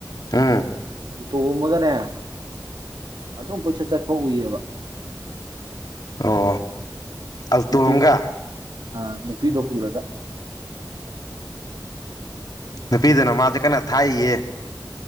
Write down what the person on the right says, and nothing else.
ꯇꯣꯡꯃꯒꯅꯦ ꯑꯗꯨꯝ ꯀꯣꯏꯆꯠ ꯆꯠꯄ ꯎꯏꯌꯦꯕ
ꯅꯨꯄꯤꯗꯣ ꯑ ꯅꯨꯄꯤꯗꯣ ꯄꯨꯔꯒ